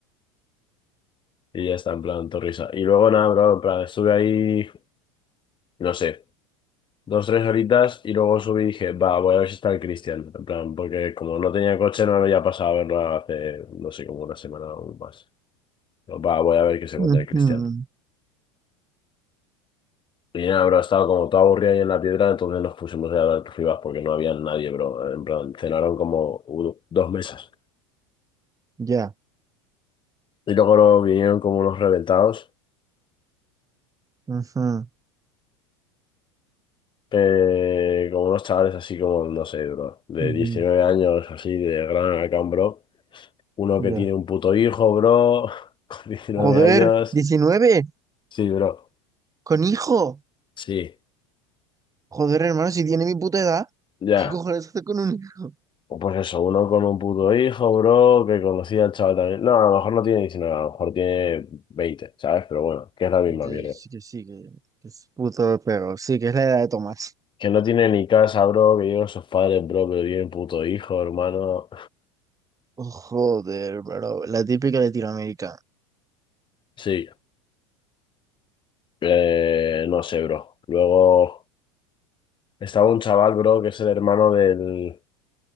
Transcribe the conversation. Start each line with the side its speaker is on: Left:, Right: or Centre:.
Left: Y ya está, en plan, torrisa. Y luego, nada, bro, en plan, estuve ahí, no sé, dos, tres horitas y luego subí y dije, va, voy a ver si está el Cristian, en plan, porque como no tenía coche, no me había pasado a verlo hace, no sé, como una semana o más. Va, voy a ver que se encuentra
Right: Ujú,
Left: el Cristian. Y nada, bro, estaba como todo aburrido ahí en la piedra, entonces nos pusimos a hablar rivas porque no había nadie, bro. En plan, cenaron como u- dos mesas.
Right: Ya.
Left: Y luego nos vinieron como unos reventados,
Right: ujú,
Left: eh, como unos chavales así como, no sé, bro, de
Right: ujú,
Left: 19 años, así, de gran Alacant, bro. Uno
Right: Ya.
Left: que tiene un puto hijo, bro, <laughs> con 19
Right: Joder,
Left: años.
Right: diecinueve
Left: Sí, bro,
Right: con hijo.
Left: sí,
Right: Joder, hermano, si tiene mi puta edad,
Left: ya.
Right: ¿qué cojones hace con un hijo?
Left: O Pues eso, uno con un puto hijo, bro, que conocía al chaval también. No, a lo mejor no tiene diecinueve a lo mejor tiene veinte ¿sabes? Pero bueno, que es la misma
Right: Sí,
Left: mierda.
Right: sí que sí, que, que es puto perro Sí, que es la edad de Tomás.
Left: Que no tiene ni casa, bro, que llevan sus padres, bro, pero tienen puto hijo, hermano.
Right: Oh, joder, bro. La típica Latinoamérica.
Left: Sí, eh, no sé, bro. Luego estaba un chaval, bro, que es el hermano del,